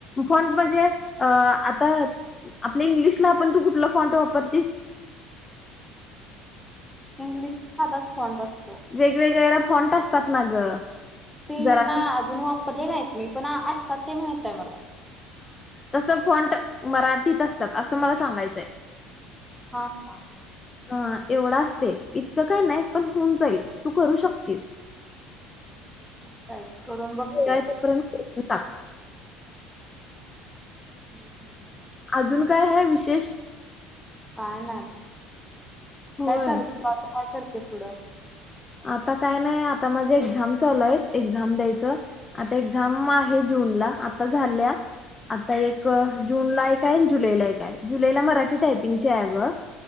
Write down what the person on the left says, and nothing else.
फोंट म्हणजे अ आता आपल्या इंग्लिशला आपण तू कुठला फॉंट वापरतीस.
वेगवेगळ्या फोंट असतात ना ग
जरा
तसं फॉंट मराठीत असतात असं मला सांगायचंय.
ह एवढं असते इतकं काय नाही पण होऊन जाईल तू करू शकतेस.
आहे तोपर्यंत करून टाक
अजून काय ह विशेष
होय
आता काय नाही आता माझ्या एक्झाम चालू आहे झाब द्यायचं आता एक झाम आहे जूनला आता झाल्या आता एक जूनला एक जुलैला एक आहे जुलैला मराठी टायपिंगची आहे ग